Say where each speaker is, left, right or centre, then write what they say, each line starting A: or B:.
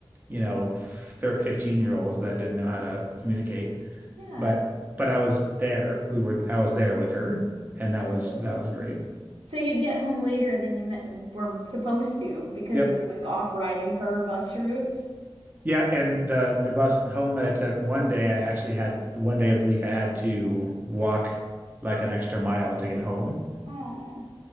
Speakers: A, on the right (about 20°); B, on the right (about 85°).
A: you know, 15 year olds that didn't know how to communicate.
B: Yeah,
A: But but I was there. We were I was there with her, and that
B: that's
A: was
B: so
A: that was
B: sweet.
A: great.
B: So you'd get home later than you me were supposed to because
A: Yep.
B: you were like off riding her bus route.
A: Yeah, and the the bus home that I took one day, I actually had one day of the week I had to walk like an extra mile to get home,
B: Aw.